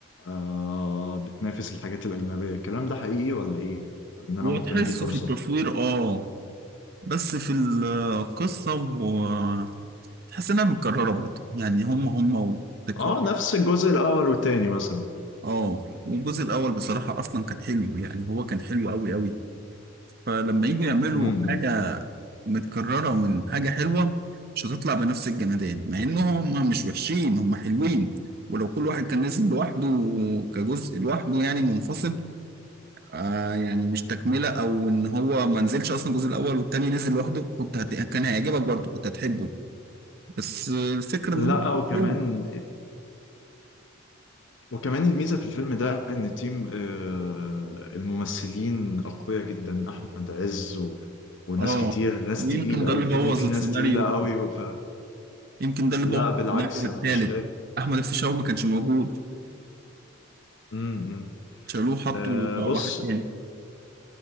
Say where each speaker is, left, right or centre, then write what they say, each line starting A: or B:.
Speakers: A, on the left; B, on the right.
A: آه بتنافس الحاجات الأجنبية الكلام ده حقيقي ولا إيه؟ إن أنا
B: وتحسه
A: ممكن أديه فرصة
B: في التصوير اه بس في القصه وتحس انها متكرره برضو يعني هم هم وتكرار
A: آه نفس الجزء الأول والتاني مثلا
B: اه الجزء الاول بصراحه اصلا كان حلو يعني هو كان حلو قوي قوي فلما يجي يعملوا
A: امم إمم.
B: حاجه متكررة من حاجة حلوة مش هتطلع بنفس الجمدان مع إن هم مش وحشين هم حلوين ولو كل واحد كان نزل لوحده كجزء لوحده يعني منفصل آه يعني مش تكملة أو إن هو ما نزلش أصلا الجزء الأول والتاني نزل لوحده كنت هت... كان هيعجبك برضه كنت هتحبه بس آه، الفكرة إن
A: لا
B: هم
A: وكمان
B: حلو.
A: وكمان الميزة في الفيلم ده إن تيم آه الممثلين أقوياء جدا أحمد عز و... وناس
B: آه
A: كتير ناس
B: يمكن
A: تقيلة
B: ده
A: أوي
B: اللي
A: الفيلم
B: بوظ
A: فيه
B: السيناريو
A: ناس تقيلة أوي ف...
B: يمكن ده اللي
A: لا
B: بوظ
A: بالعكس
B: السيناريو
A: أنا
B: التالت
A: مش شايف
B: أحمد الفيشاوي ما كانش موجود
A: امم إمم.
B: شالوه حطوا
A: آه بص
B: واحد تاني